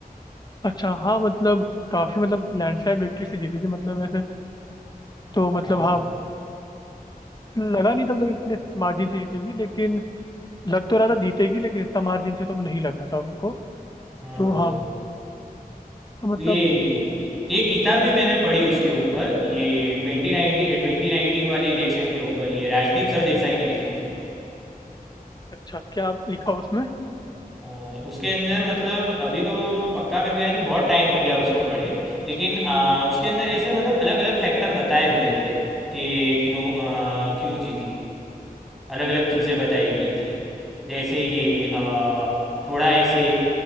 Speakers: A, on the left; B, in the centre.
A: अच्छा हाँ मतलब काफी मतलब लैंडस्लाइड विक्ट्री से जीती थी मतलब वैसे तो मतलब
B: हाँ भाई
A: हाँ लगा नहीं था मतलब इतने मार्जिन से जीतेगी लेकिन लग तो रहा था जीतेगी लेकिन इतना मार्जिन से तो नहीं लग रहा था हमको
B: हाँ
A: तो
B: भाई
A: हाँ तो मतलब
B: ये एक किताब भी मैंने पढ़ी उसके ऊपर ये 2019 2019 वाले इलेक्शन के ऊपर ये राजदीप सरदेसाई ने लिखी थी
A: अच्छा क्या लिखा उसमें
B: हाँ, उसके अंदर मतलब अभी तो पक्का मेरे को याद नहीं बहुत टाइम हो गया उसको पढ़े लेकिन आ, उसके अंदर ऐसे मतलब अलग अलग फैक्टर बताए हुए थे कि क्यों आ, क्यों जीती अलग अलग चीज़ें बताई गई थी जैसे ये आ, थोड़ा ऐसे